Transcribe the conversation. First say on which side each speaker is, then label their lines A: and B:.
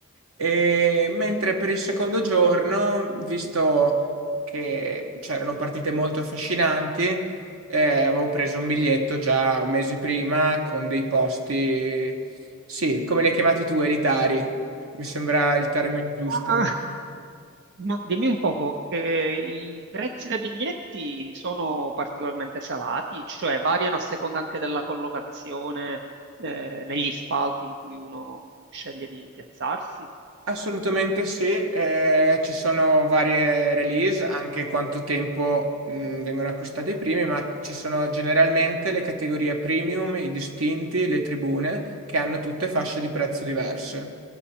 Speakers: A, on the right; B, on the right.
A: E mentre per il secondo giorno, visto che c'erano partite molto affascinanti, eh, avevo preso un biglietto già mesi prima con dei posti, sì, come li hai chiamati tu, elitari. Mi sembra il termine giusto.
B: Ah, Ma dimmi un poco, eh, i prezzi dei biglietti sono particolarmente salati, cioè variano a seconda anche della collocazione, eh, negli spalti in cui uno sceglie di piazzarsi.
A: Assolutamente sì, eh, ci sono varie release, anche quanto tempo mh, vengono acquistati i primi, ma ci sono generalmente le categorie premium, i distinti, le tribune, che hanno tutte fasce di prezzo diverse.